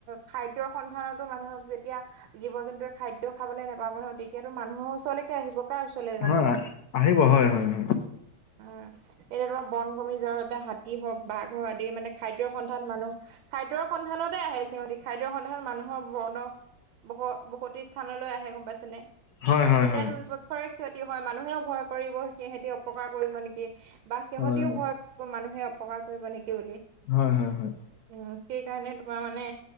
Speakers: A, on the right (about 80°); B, on the left (about 70°).
A: খাদ্যৰ সন্ধানতো মানুহে যেতিয়া জীৱ-জন্তুৱে খাদ্য খাবলৈ নাপাব ন, তেতিয়াতো মানুহৰ ওচৰলে কে আহিব। কাৰ ওচৰলৈ যাবনো।
B: হয় আহিব হয় হয় হয়।
A: উম, এতিয়া তোমাৰ বন ভূমি নিজৰ বাবে, হাতী হওক বাঘ হওক আদি মানে, খাদ্যৰ সন্ধান মানুহ খাদ্যৰ সন্ধানতে আহে সিহঁতি। খাদ্যৰ সন্ধানত মানুহৰ বৰ্ণ বস বসতিস্থানলৈ আহে গম পাইছেনে।
B: হয় হয়
A: তেতিয়া,
B: হয়
A: দুপক্ষৰে ক্ষতি হয়, মানুহেও ভয় কৰিব। সিহঁতি অপকাৰ কৰিব নেকি, বা সিহঁতিও
B: হয়
A: ভয় কৰিব মানুহে অপকাৰ কৰিব নেকি বুলি।
B: হয়, হয়, হয়।
A: উম, সেইকাৰনে তোমাৰ মানে